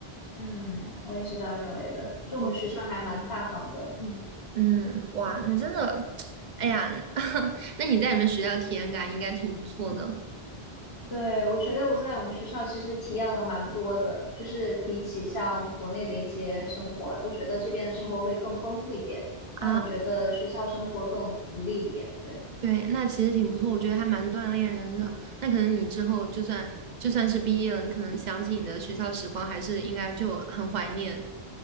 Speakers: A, on the left; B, on the right.
A: 嗯，我也是这样认为的。就我们学校还蛮大方的，
B: 我
A: 嗯，
B: 嗯，哇，那真的，<tsk> 哎呀，<laughs> 那你在你们学校体验感应该挺不错的
A: 对，我觉得我在我们学校其实体验了蛮多的，就是比起像国内的一些生活，我觉得这边的生活会更丰富一点，让我觉得学校生活更独立一点。
B: 啊。
A: 对，
B: 对，那其实挺不错，我觉得还蛮锻炼人的。那可能你之后就算就算是毕业了，你可能想起你的学校时光，还是应该就很怀念